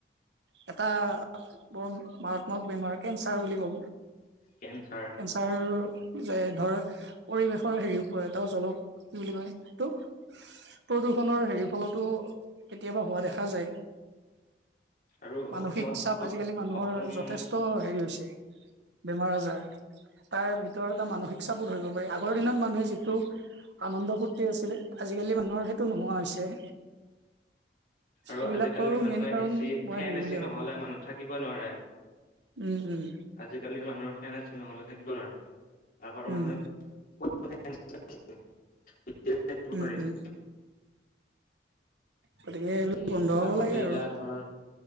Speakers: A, on the right; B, on the left.
A: এটা বৰ মাৰাত্মক বেমাৰ কেঞ্চাৰ বুলি কম।
B: কেঞ্চাৰ
A: কেঞ্চাৰ যে ধৰ পৰিৱেশৰ হেৰিওৰে তেওঁ জলপ - কি বুলি কলে তোক, প্ৰদূষণৰ হেৰি ফলতো কেতিয়াবা হোৱা দেখা যায়।
B: আৰু
A: মানসিক
B: অসমত
A: চাপ
B: বহুত
A: আজিকালি মানুহৰ
B: অসম
A: যথেষ্ট হেৰি হৈছে। বেমাৰ আজাৰ, তাৰ ভিতৰত এটা মানসিক চাপত ধৰিব পাৰি। আগৰ দিনত মানুহে যি- টো আনন্দ ফূৰ্তি আছিল, আজিকালি মানুহৰ সেইটো নোহোৱা হৈছে।
B: আৰু
A: এইবিলাকৰো
B: আজিকালিৰ মানুহে
A: মেইন কাৰণ
B: এচি
A: মই
B: ফেন
A: হেৰি
B: এচি
A: বুলিয়ে
B: নহ'লে
A: ভাবোঁ।
B: মানুহ থাকিব নোৱাৰে।
A: উম উম।
B: আজিকালিৰ মানুহৰ ফেন চেন নহ'লে থাকিব নোৱাৰে। আগৰ
A: উম।
B: মানুহে <unintelligible>
A: উম উম গতিকে সেইবিলাক
B: এ
A: বন্ধ হ'ব
B: আগতে
A: লাগে
B: এতিয়া
A: আৰু
B: ধৰ